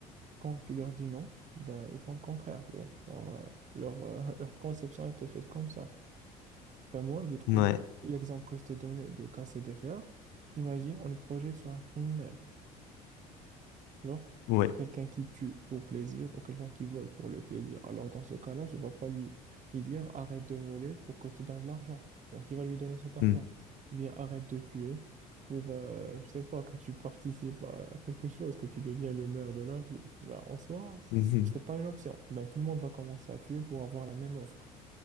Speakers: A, on the right; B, on the left.
A: quand tu leur dis non, ben, ils font le contraire, tu vois. Leur, euh, leur, euh, <laughs> leur conception était faite comme ça. Ben moi, je trouve
B: Hmm. Ouais.
A: l'exemple que je t'ai donné de casser des fers. Imagine, on le projette sur un criminel, tu vois?
B: Ouais.
A: Quelqu'un qui tue pour plaisir ou quelqu'un qui vole pour le plaisir. Alors, dans ce cas-là, tu vas pas lui, lui dire arrête de voler pour que je te donne de l'argent. Donc, il va lui donner cet argent.
B: Hmm.
A: Ou bien arrête de tuer pour, euh, je sais pas, que tu participes à quelque chose, que tu deviens le maire de la ville. Ben, en soi,
B: Mhm.
A: c'est pas une option. Ben, tout le monde va commencer à tuer pour avoir la même offre.